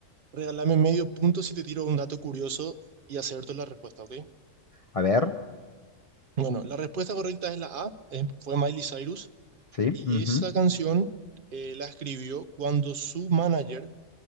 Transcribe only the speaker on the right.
regálame medio punto si te tiro un dato curioso y acierto la respuesta, ¿ok?
Bueno, la respuesta correcta es la A, es- fue Miley Cyrus.
Y
esa canción eh, la escribió cuando su manager,